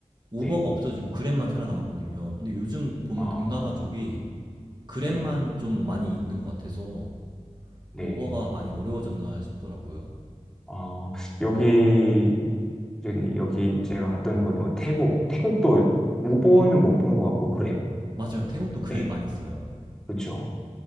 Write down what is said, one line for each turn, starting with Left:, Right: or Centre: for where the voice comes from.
Right: 우버가
Centre: 네.
Right: 없어지고 그랩만 살아남았거든요. 근데 요즘 보면
Centre: 아,
Right: 동남아 쪽이 그랩만
Centre: 네,
Right: 좀 많이 있는 것 같아서
Centre: 네.
Right: 우버가 많이 어려워졌나 싶더라고요.
Centre: 아, 여기, 여기, 여기 제가 갔던 곳, 뭐, 태국. 태국도 우버는 못 본 것 같고, 그랩.
Right: 맞아요. 태국도 그랩
Centre: 네,
Right: 많이 써요.
Centre: 그렇죠.